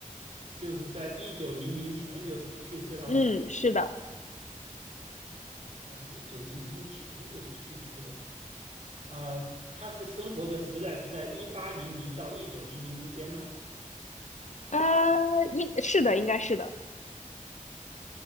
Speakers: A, on the right; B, on the left.
A: 就是在一九零零前就去世了吗？
B: 嗯，是的，
A: 哇，一九零零前就去世了。啊、他是生活的时代是在一八零零到一九零零之间吗？
B: 呃，应是的，应该是的。